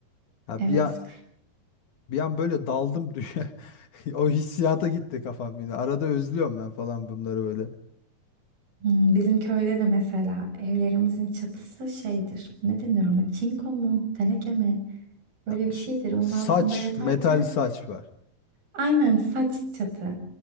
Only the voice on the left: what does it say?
Ya
bir an, bir an böyle daldım dünya. <laughs> O hissiyata gitti kafam yine. Arada özlüyorum ben falan bunları böyle.
Ya
ş-
saç,
metal saç var.